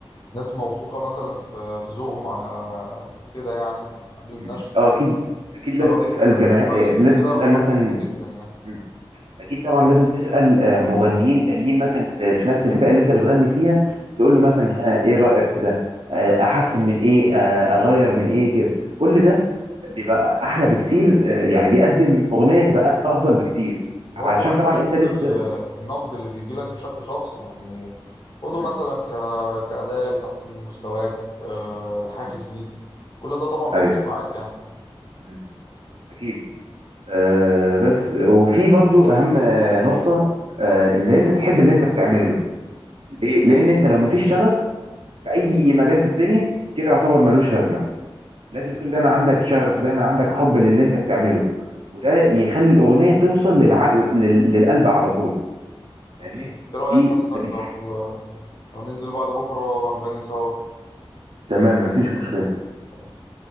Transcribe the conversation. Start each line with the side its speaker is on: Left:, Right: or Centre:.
Left: ناس موثوقة مثلا في في ذوقهم عن آه، كده يعني قبل
Right: مم.
Left: النشر
Right: اه اكيد اكيد لازم
Left: رأي
Right: تسأل
Left: الخ- الرأي
Right: جماهير
Left: الخارجي
Right: لازم
Left: ده
Right: تسأل
Left: يعتبر
Right: مثلا
Left: مهم جدا يعني
Right: مم. اكيد طبعا لازم تسأل آه، مغنيين تانيين مثلا في, في نفس الفئة اللي انت بتغني فيها تقول له مثلا ها ايه رأيك في ده آه، احسن من ايه آه، اغير من ايه كده كل ده بيبقى احلى بكتير آه، يعني بيقدم اغنية تبقى افضل بكتير
Left: وبرضه
Right: عشان
Left: ما ينفعش
Right: طبعا
Left: تاخد
Right: انت لسه
Left: ال- النقد اللي بيجي لك بشكل شخصي يعني خده
Right: مم.
Left: مثلا ك... كأداة لتحسين مستواك آه، حافز
Right: مم.
Left: ليك كل ده طبعا بيفرق
Right: ايوه
Left: معاك يعني
Right: مم. اكيد أه بس وفي برضو اهم آه، نقطه أه اللي انت تحب اللي انت بتعمله ليه لان انت لو مفيش شغف في اي مجال في الدنيا كده يعتبر ملوش لازمه لازم
Left: بالظبط
Right: يكون دايما عندك شغف ودايما عندك حب للي انت بتعمله وده يخلي الاغنيه توصل للعقل لل- للقلب على طول فاهمني
Left: أكيد إيه رأيك
Right: دي
Left: مثلا
Right: فدي
Left: لو لو ننزل بعد بكرة نغني سوا
Right: تمام مفيش مشكله
Left: تمام.